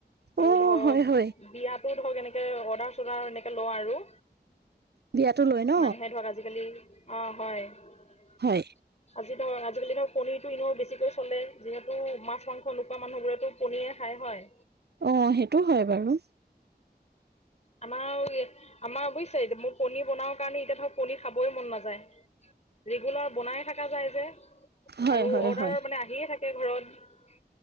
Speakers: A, on the left; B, on the right.
A: আৰু
B: অ
A: ধৰক
B: হয় হয়
A: বিয়াতো ধৰক এনেকে অৰ্ডাৰ চৰ্ডাৰ এনেকে লওঁ আৰু।
B: বিয়াটো লয় ন
A: মানুহে ধৰক আজিকালি অ' হয়। আজি
B: হয়
A: ধৰ আজিকালি ধৰ পনিৰতটো ইনেও বেছিকৈ চলে যিহেতু মাছ মাংস নোখোৱা মানুহবোৰেতো পনিয়ে খায় হয়।
B: অ' হেইটো হয় বাৰু।
A: আমাৰ <unintelligible> আমাৰ বুইচে <unintelligible> মোৰ পনীৰ বনওঁ কাৰণে এতিয়া ধৰক পনী খাবই মন নাযায়। ৰেগুলাৰ বনাইে থাকা যায় যে
B: হয়
A: আৰু
B: হয়
A: অৰ্ডাৰ
B: হয়
A: মানে আহিয়ে থাকে। কে ঘৰত